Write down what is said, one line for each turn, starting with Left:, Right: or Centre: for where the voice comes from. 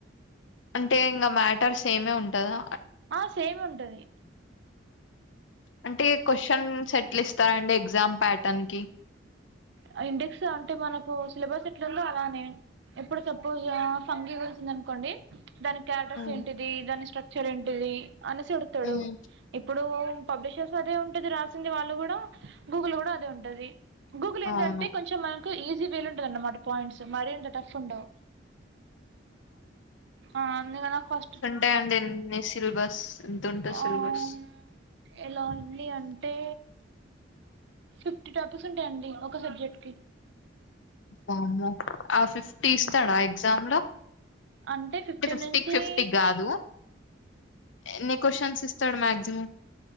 Left: అంటే ఇంకా మ్యాటర్స్ సేమే ఉంటదా
Right: ఆ సేమ్ ఉంటది
Left: అంటే క్వశ్చన్స్ ఎట్ల ఇస్తారండి ఎగ్జామ్ ప్యాటన్కి
Right: ఆ ఇండెక్సు అంటే మనకు సిలబస్ ఎట్లుందో అలానే ఇప్పుడు సపోజ్ ఫంగీవేసింది అనుకోండి దాని క్యాటస్
Left: ఉమ్
Right: ఏంటిది దాని స్ట్రక్చర్ ఏంటిది అనేసి అడుగుతాడు
Left: ఉమ్,
Right: ఇప్పుడు పబ్లిషర్స్ అదే ఉంటది రాసింది వాళ్ళుకూడా గూగుల్లో కూడా అదే ఉంటది గూగుల్ ఏందంటే
Left: అవును
Right: కొంచెం మనకు ఈజీ వేలో ఉంటంది అన్నమాట పాయింట్స్ మరి అంతా టఫ్ ఉండవు ఆ అందుగన ఫస్ట్
Left: టేన్డ్ ఎన్ని సిలబస్ ఎంత ఉంటుంది సిలబస్
Right: ఆహ్ ఎలా ఉంది అంటే ఫిఫ్టీ టాపిక్స్ ఉంటాయండి ఒక సబ్జెక్టుకి
Left: వామ్మో ఆ ఫిఫ్టీ
Right: ఉమ్.
Left: ఇస్తాడా ఎగ్జామ్లో
Right: అంటే ఫిఫ్టీన్
Left: టే ఫిఫ్టీక్
Right: నుంచి
Left: ఫిఫ్టీ గాదు ఎన్ని క్వశ్చన్స్ ఇస్తాడు మాక్సిమం